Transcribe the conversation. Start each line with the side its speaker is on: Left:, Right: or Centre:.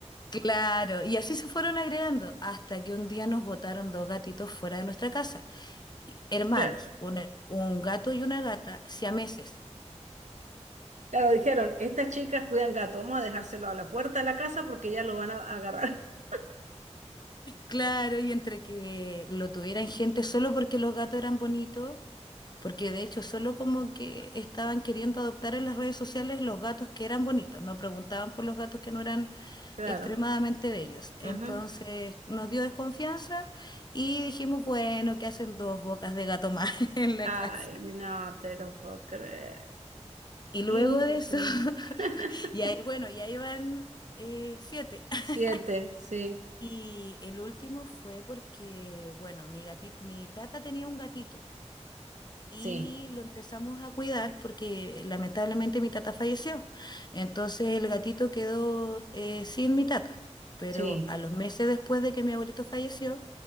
Left: Claro, y así se fueron agregando hasta que un día nos botaron dos gatitos fuera de nuestra casa, y- hermanos,
Right: Claro,
Left: un, un gato y una gata, siameses.
Right: claro, dijeron, estas chicas cuidan gato, vamos a dejárselo a la puerta de la casa porque ya lo van a agarrar. <laughs>
Left: Claro, y entre que lo tuvieran gente solo porque los gatos eran bonitos, porque de hecho solo como que estaban queriendo adoptar en las redes sociales los gatos que eran bonitos, no preguntaban por los gatos que no eran
Right: Claro.
Left: extremadamente bellos. Entonces
Right: ujú.
Left: nos dio desconfianza y dijimos, bueno, ¿qué hacen dos bocas de gato más <laughs> en la
Right: Ay,
Left: casa?
Right: no te lo puedo creer.
Left: Y luego
Right: Impresionante.
Left: de eso, <laughs>
Right: <laughs>
Left: y ahí- bueno, ya iban eh, siete. <laughs>
Right: Siete, sí,
Left: Y el último fue porque, bueno, mi gati- mi tata tenía un gatito. y
Right: sí,
Left: lo empezamos a cuidar porque lamentablemente mi tata falleció. Entonces el gatito quedó eh, sin mi tata. Pero
Right: sí.
Left: a los meses después de que mi abuelito falleció,